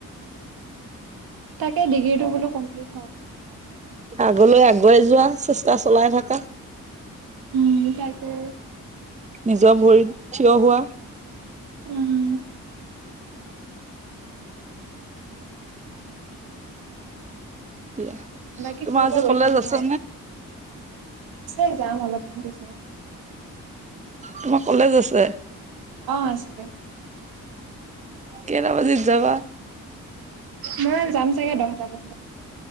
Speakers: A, on the right (about 75°); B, on the right (about 20°).
A: তাকে ডিগ্ৰীটো বোলো কমপ্লিট হওঁক।
B: আগলৈ আগুৱাই যোৱা চেষ্টা চলাই থাকা।
A: উম, তাকে।
B: নিজৰ ভৰিত থিয় হোৱা।
A: উম।
B: দিয়া
A: বাকী
B: তোমাৰ
A: ফুৰিব
B: আজি
A: গৈছা
B: কলেজ
A: নে
B: আছে
A: নাই। আছে যাম অলপমান পিছত।
B: তোমাৰ কলেজ আছে।
A: অ' আছে
B: কেটা বজিত যাবা।
A: মই যাম চাগে দহটা মান বজাত।